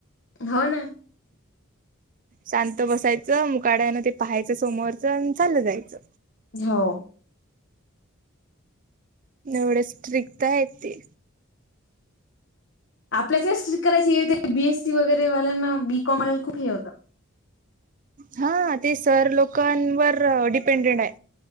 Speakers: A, on the left; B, on the right.
A: हो ना.
B: शांत बसायचं मुकाट्यान ते पाहायचं समोरच आणि चाल जायचं.
A: हो.
B: एवढ स्ट्रिक्ट हायेत ते.
A: आपल्याचच स्ट्रिक करायची हे ते, बी एसी वगैरे वाल्यांना, बी कॉम वाल्यांना, खूप हे होतं
B: हा ते सर लोकांवर डिपेंडेंट हाय.